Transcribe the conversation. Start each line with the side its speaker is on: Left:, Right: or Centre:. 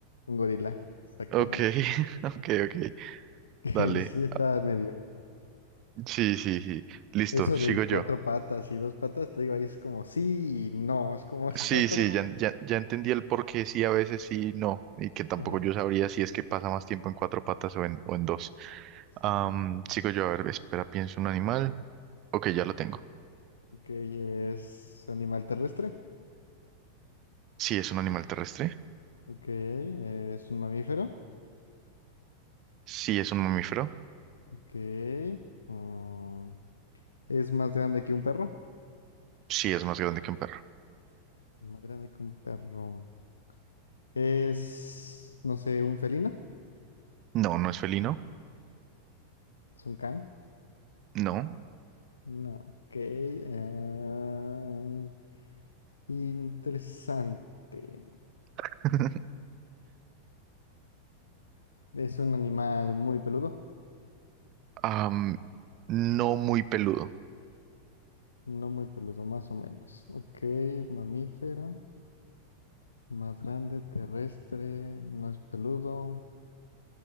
Left: un gorila, exactamente.
Right: Ok, <laughs> ok, ok,
Left: <laughs>
Right: dale.
Left: Sí, está medio.
Right: Sí, sí, sí. Listo,
Left: Eso
Right: sigo
Left: de
Right: yo.
Left: cuatro patas y dos patas, te digo, ahí es como sí y no. Es como <laughs> está,
Right: Sí,
Left: está
Right: sí,
Left: raro.
Right: ya, ya, ya entendí el por qué sí, a veces sí, no, y que tampoco
Left: Ajá,
Right: yo sabría si es que pasa más tiempo en cuatro patas o en, o en dos.
Left: sí,
Right: Am,
Left: sí.
Right: sigo yo, a ver, espera, pienso un animal. Ok, ya lo tengo.
Left: Ok, es animal terrestre.
Right: Sí, es un animal terrestre.
Left: Ok, eh, es un mamífero.
Right: Sí, es un mamífero.
Left: Ok. mm, es más grande que un perro.
Right: Sí, es más grande que un perro.
Left: Más grande que un perro. Es, no sé, un felino.
Right: No, no es felino.
Left: Es un can.
Right: No.
Left: No, ok. eh, interesante.
Right: <laughs>
Left: Es un animal muy peludo.
Right: Am, no muy peludo.
Left: No muy peludo, más o menos. Ok, mamífero. Más grande, terrestre. No es peludo.